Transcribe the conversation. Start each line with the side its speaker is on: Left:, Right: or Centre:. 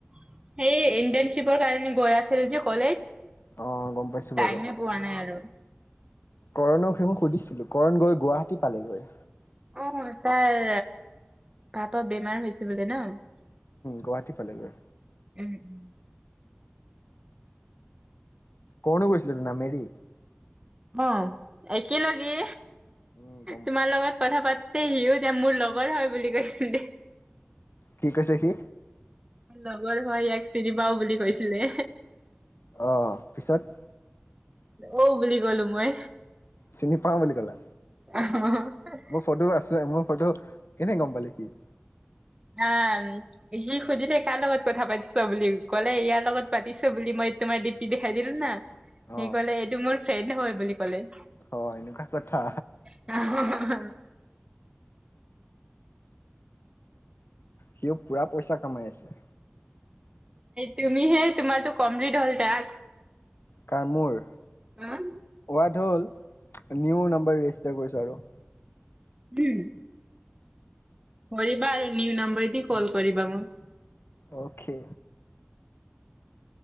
Right: সেই ইণ্টাৰণশ্বিপৰ কাৰণে গৈ আছিল যে কলেজ।
Left: অ' গম পাইছো বাৰু।
Right: টাইমে পোৱা নাই আৰু
Left: কৰণক সেই মই সুধিছিলো, কৰণ গৈ গুৱাহাটী পালেগৈ।
Right: অঁ' তাৰ হাত'ত বেমাৰ হৈছে বোলে ন'।
Left: গুৱাহাটী পালেগৈ।
Right: উমঁ।
Left: ক'ত নো কৈছিলে নামেৰি।
Right: অঁ', একে লগে।
Left: উম গম
Right: তোমাৰ লগত কথা পাটোতেই সিও এতিয়া মোৰ লগৰ হয় বুলি কৈছিল।
Left: কি কৈছে সি?
Right: লগৰ হয় ইয়াক চিনি পাওঁ বুলি কৈছিলে।
Left: অঁ', পিছত?
Right: অহ' বুলি ক'লো মই।
Left: চিনি পাওঁ বুলি কলা?
Right: অঁহ।
Left: মোৰ ফটোও আছে মোৰ ফটো কেনে গম পালে সি?
Right: আ সি সুধিলে কাৰ লগত কথা পাতিছ বুলি কলে ইয়াৰ লগত পাতিছ বুলি মই তোমাৰ ডিপি দেখাই দিলো না। সি
Left: অ
Right: কলে এইটো মোৰ ফ্ৰেড হয় বুলি কলে।
Left: অ এনেকুৱা কথা।
Right: <inaudible>
Left: সিও পুৰা পইচা কামাই আছে।
Right: তুমিহে তোমাৰ তো কমপ্লিট হ'ল টাস্ক।
Left: কাৰ মোৰ
Right: উম
Left: হোৱাটো হ'ল নিউ নাম্বৰ ৰেজিষ্টাৰ কৰিছোঁ আৰু।
Right: উম কৰিবা আৰু নিউ নম্বৰ দি কল কৰিবা মোক।
Left: অ'কে।